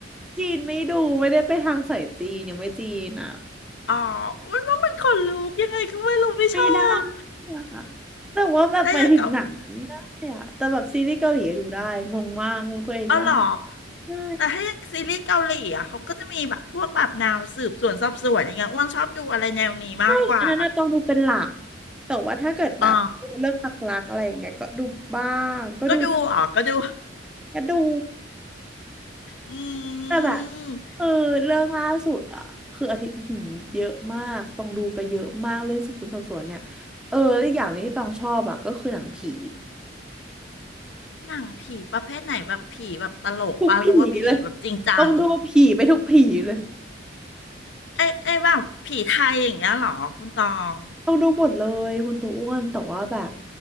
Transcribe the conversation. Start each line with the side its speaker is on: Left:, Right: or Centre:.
Centre: จีนไม่ดูไม่ได้ไปทางสายจีนยังไม่จีนอ่ะ
Left: อ๋อมันว่ามันขนลุกยังไงก็ไม่รู้ไม่ชอบ
Centre: ไม่ได้อะแต่ว่าแบบหมายถึงหนังอะไม่ได้อะแต่แบบซีรีส์เกาหลีอะดูได้งงมากงงตัวเองมาก
Left: ถ้าอย่างเกาเอาเหรอ
Centre: ใช่
Left: แต่ถ้าอย่างซีรีส์เกาหลีอ่ะเขาก็จะมีแบบพวกแบบแนวสืบสวนสอบสวนอย่างเงี้ยอ้วนชอบดูอะไรแนวนี้มากกว่า
Centre: ใช่อันนั้นน่ะต้องดูเป็นหลักแต่ว่าถ้าเกิดแบบเรื่องหลักๆอะไรอย่างเงี้ยก็ดูบ้างก็ดู
Left: อ๋อก็ดูอ๋อก็ดู
Centre: ก็ดู
Left: อืม
Centre: แต่แบบเออเรื่องล่าสุดอ่ะคืออาทิตย์หืมเยอะมากต้องดูไปเยอะมากเรื่องสืบสวนสอบสวนเนี่ยเออแล้วอกอย่างหนี้ที่ต้องชอบอ่ะก็คือหนังผี
Left: หนังผีประเภทไหนแบบผีแบบตลกปะหรือว่าผีแบบจริงจัง
Centre: ทุกผีเลยต้องดูผีไปทุกผีเลย
Left: ไอ้ไอ้แบบผีไทยอย่างเงี้ยเหรอคุณตอง
Centre: ต้องดูหมดเลยคุณตัวอ้วนแต่ว่าแบบ